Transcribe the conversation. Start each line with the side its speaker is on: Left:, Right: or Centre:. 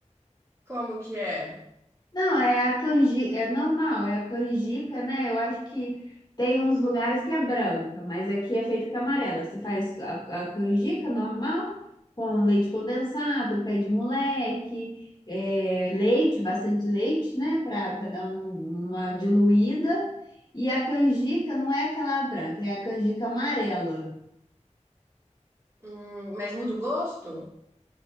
Right: Como que é?
Left: Não, é a canjica, é normal, é a canjica, né? Eu acho que tem uns lugares que é branca, mas aqui é feita com amarela. Você faz a, a canjica normal, com leite condensado, pé de moleque, é, leite, bastante leite, né? Para dar um- uma
Right: Hum.
Left: diluída. E a canjica não é aquela branca, é a canjica amarela.
Right: Hum, mas muda o gosto?